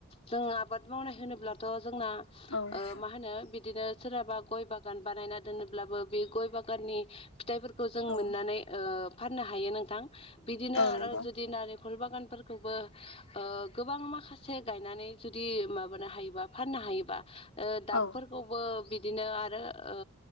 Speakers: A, on the left; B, on the left.
A: जों आबाद मावनाय होनोब्लाथ' जोंना
B: औ
A: ओ मा होनो बिदिनो सोरहाबा गय बागान बानायना दोनोब्लाबो बे गय बागाननि फिथाइफोरखौ जों
B: औ
A: मोननानै ओ फाननो हायो नोंथां बिदिनो
B: औ
A: आरो
B: नंगौ
A: जुदि नारेंखल बागानफोर खौबो ओ गोबां माखासे गायनानै जुदि माबानो हायोबा फाननो हायोबा ओ दाबफोरखौबो
B: औ
A: बिदिनो आरो ओ